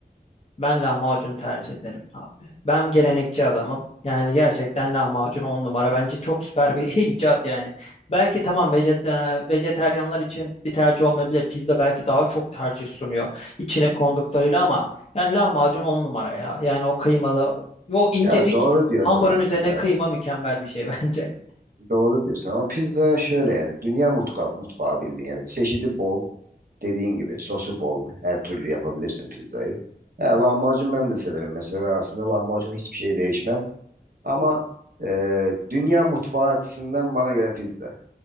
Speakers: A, on the left; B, on the right.
A: Ben lahmacunu tercih ederim abi. Ben gelenekçi adamım. Yani gerçekten lahmacun on numara. Bence çok süper bir <laughs> icat yani. Belki tamam vejet, e, vejeteryanlar için bir tercih olmayabilir. Pizza belki daha çok tercih sunuyor. içine konduklarıyla ama yani lahmacun on numara ya. Yani o kıymalı, o incecik
B: Ya doğru diyorsun
A: hamurun
B: aslında.
A: üzerine kıyma mükemmel bir şey <laughs> bence.
B: Doğru diyorsun ama pizza şöyle yani dünya mutka, mutfağı bildiğin yani çeşidi bol. Dediğin gibi sosu bol. Her türlü yapabilirsin pizzayı. He, lahmacun ben de severim. Mesela ben aslında lahmacunu hiçbir şeye değişmem. Ama e, dünya mutfağı açısından bana göre pizza.